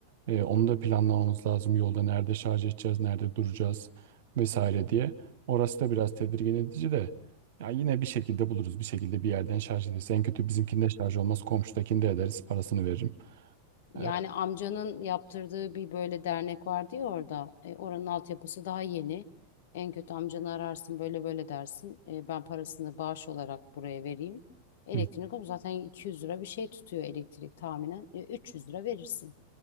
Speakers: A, on the right; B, on the left.
A: Ee, onu da planlamamız lazım. Yolda nerede şarj edeceğiz, nerede duracağız vesaire diye. Orası da biraz tedirgin edici de. Ya yine bir şekilde buluruz. Bir şekilde bir yerden şarj ederiz. En kötü bizimkinde şarj olmaz. Komşudakini de ederiz. Parasını veririm.
B: Yani
A: Ee,
B: amcanın yaptırdığı bir böyle dernek vardı ya orada. E, oranın altyapısı daha yeni. En kötü amcanı ararsın böyle böyle dersin. E, ben parasını bağış olarak buraya vereyim. Elektrik
A: hı.
B: ama zaten 200 lira bir şey tutuyor elektrik tahminen. E, 300 lira verirsin.